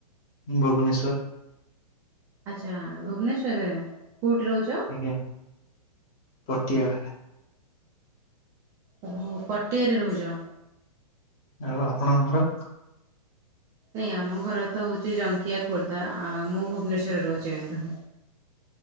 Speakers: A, on the left; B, on the right.
A: ଭୁବନେଶ୍ଵର।
B: ଆଚ୍ଛା ଭୁବନେଶ୍ଵରେ କୋଉଠି ରହୁଛ?
A: ଆଜ୍ଞା ପଟିଆ ପାଖ
B: ଓହୋ ପଟିଆରେ ରହୁଚ।
A: ଆଉ ଆପଣଙ୍କ ଘର?
B: ଇଏ ଆମ ଘର ତ ହଉଛି ଜଙ୍ଘିଆ ଖୋର୍ଦ୍ଧା ଆ ମୁଁ ଭୁବନେଶ୍ଵରରେ ରହୁଛି ଇନ୍ତୁ।